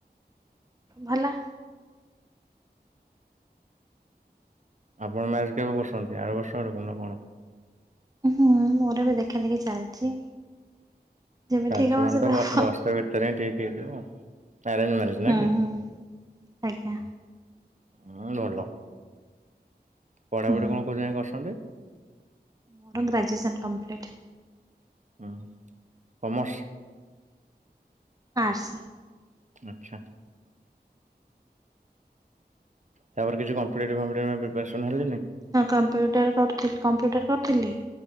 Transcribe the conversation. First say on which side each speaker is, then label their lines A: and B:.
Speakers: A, on the right; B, on the right.
A: ଭଲ।
B: ଆପଣ ମ୍ୟାରେଜ୍ କେବେ କରୁଛନ୍ତି ଆର ବର୍ଷ ଆଡ଼କୁ ନା କଣ?
A: ହୁଁ ମୋର ଏବେ ଦେଖା ଦେଖି ଚାଲିଛି। ଯେବେ
B: ଚାଲିଛି
A: ଠିକ ହବ
B: ମାନେ
A: ସେବେ
B: ତ ବ
A: ହବ
B: ବସ୍ ର୍ଷେ ଭିତରେ ହିଁ ଠିକ ହେଇଯିବ ଆରେଞ୍ଜ ମ୍ୟାରେଜ
A: ହୁଁ
B: ନା କି?
A: ହୁଁ। ଆଜ୍ଞା
B: ହୁଁ ଭଲ। ପଢ଼ା
A: ହୁଁ
B: ପଢ଼ି କଣ କୋଉ ଯାକେ କରିଛନ୍ତି?
A: ମୋର ଗ୍ରାଜୁଏସନ୍ କମ୍ପ୍ଲିଟ୍।
B: ହଁ କମର୍ସ?
A: ଆର୍ଟ୍ସ।
B: ଆଚ୍ଛା। ତାପରେ କିଛି କମ୍ପିଟେଟିଭ ଫମ୍ପିଟେଟିଭ ପାଇଁ ପ୍ରିପାରେସନ୍ ହେଲେନି?
A: ହଁ କମ୍ପ୍ୟୁଟର କରୁଥିଲି କମ୍ପ୍ୟୁଟର କରିଥିଲି।